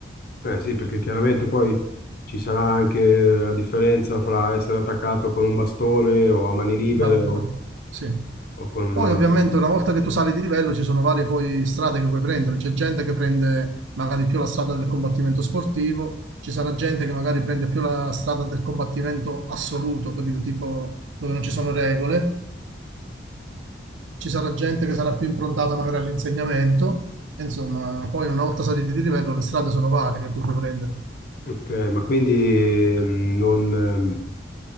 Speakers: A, on the left; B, on the right.
A: Eh sì, perché chiaramente poi ci sarà anche la differenza fra essere attaccato con un bastone o a mani libere
B: Bravo,
A: o,
B: bravo. Sì.
A: o con... un
B: Poi ovviamente
A: altro.
B: una volta che tu sali di livello ci sono varie poi strade che puoi prendere, c'è gente che prende magari più la strada del combattimento sportivo, ci sarà gente che magari prende più la strada del combattimento assoluto, capito? Tipo dove non ci sono regole, ci sarà gente che sarà più improntata magari all'insegnamento, e insomma, poi una volta saliti di livello le strade sono varie che tu puoi prendere.
A: Ok, ma quindi mm, non, ehm,